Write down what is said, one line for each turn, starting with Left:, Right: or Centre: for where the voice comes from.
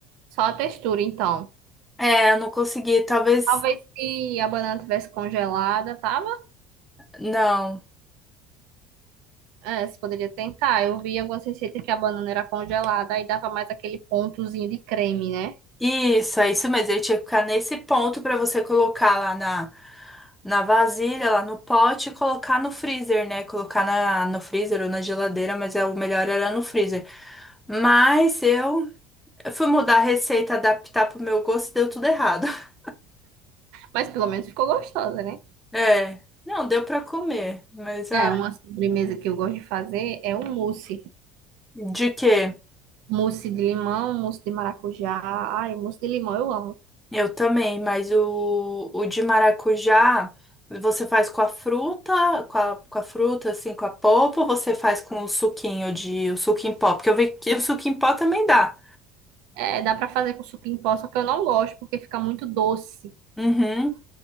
Right: Só a textura, então.
Centre: É, eu não consegui, talvez.
Right: Talvez se a banana tivesse congelada, tava?
Centre: Não.
Right: É, você poderia tentar. Eu vi algumas receitas que a banana era congelada aí dava mais aquele pontozinho de creme, né?
Centre: Isso, é isso mesmo. Ele tinha que ficar nesse ponto pra você colocar lá na, na vasilha, lá no pote e colocar no freezer, né? Colocar na, no freezer ou na geladeira, mas é, o melhor era no freezer. Mas eu, eu fui mudar a receita, adaptar pro meu gosto e deu tudo errado. <laughs>
Right: Mas pelo menos ficou gostosa, né?
Centre: É, não, deu pra comer, mas ah,
Right: É, uma sobremesa que eu gosto de fazer é um mousse.
Centre: de quê?
Right: Mousse de limão, mousse de maracujá. Ai, mousse de limão eu amo.
Centre: Eu também, mas o, o de maracujá você faz com a fruta, com a, com a fruta, assim, com a polpa, ou você faz com o suquinho de, o suco em pó? Porque eu vi que o suco em pó também dá.
Right: É, dá pra fazer com suco em pó, só que eu não gosto porque fica muito doce.
Centre: Uhum.